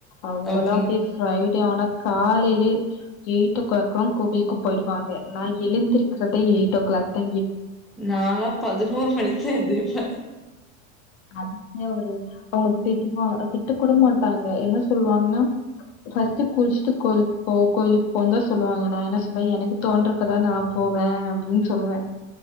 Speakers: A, on the left; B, in the centre.
A: அவங்கல்லா
B: ஓகே.
A: அப்டியே ஃப்ரை ட்டேனா காலைலயே எயிட் ஓ கிளாக்லா கோவிலுக்கு போயிடுவாங்க நான் எழுந்திருக்கிறதே எயிட் ஓ கிளாக்தா
B: நால்லா பதினொ னோறு மணிக்குதா எந்திருப்பே
A: அதுக்கே அவரு அவங்க திட்டுவாங்க திட்டக்கூட மாட்டாங்க என்ன சொல்வாங்ன்னா ஃபர்ஸ்ட் குளிச்சுட்டு கோயிலுக்கு போ கோயிலுக்கு போனுதா சொல்லுவாங்க நா என்ன சொல்லுவே எனக்கு தோன்றப்பதா நா போவே அப்டின்னு சொல்லுவே